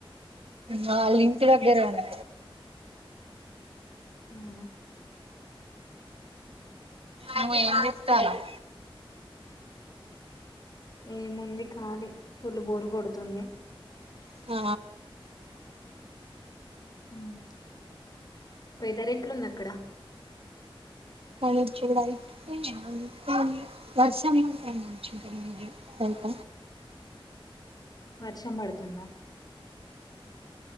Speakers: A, on the right; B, on the left.
A: వాలి ఇంటి దగ్గరే ఉన్న
B: అవునా
A: ఎమో ఏం జెప్తన్నావ్
B: ఏ ముంది కాలి ఫుల్ బోరు కొడుతుంది
A: ఆ
B: ఉమ్ వెదర్ ఎట్లుంది అక్కడ
A: అడొచ్చే లైట్ కి <unintelligible> వర్షం బడ్తాంది అనుకుంట మే బీ బైట
B: వర్షం పడుతుందా